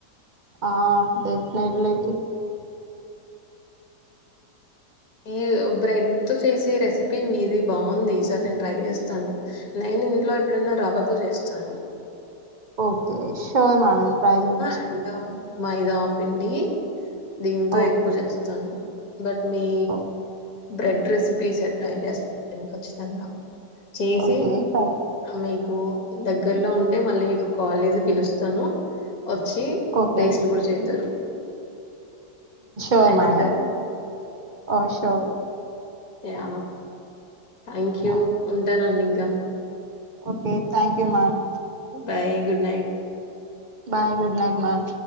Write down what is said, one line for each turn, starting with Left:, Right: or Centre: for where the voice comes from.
Right: ఆ <unintelligible>
Left: ఎయు బ్రెడ్ తో చేసి రెసిపీ మీది బాగుంది సార్ నేను ట్రై చేస్తాను నేను ఇంట్లో ఎప్పుడన్నా రవాతో చేస్తాను
Right: ఓకే సర్ మనం ప్రయజచ్చ
Left: అండ్ మైదా పిండి దీంతో
Right: ఓ
Left: ఎక్కువ చేస్తాను బట్ ఈ
Right: ఓ
Left: బ్రెడ్ రెసిపీ ట్రై చేస్తను ఖచ్చితంగా చేసి
Right: ఓకే ఫైన్
Left: మీకు దగ్గర్లో ఉంటే మళ్ళీ మీకు కాల్ చేసి పిలుస్తాను వచ్చి
Right: ఓకే
Left: టేస్ట్ కూడా చేదురు
Right: ఆర్
Left: ఏమంటారు?
Right: మడం ఓ <unintelligible>
Left: యా థ్యాంక్ యూ
Right: మ్యామ్
Left: ఉంటానండి ఇంకా
Right: okay thank you ma'am
Left: bye good night
Right: bye good night ma'am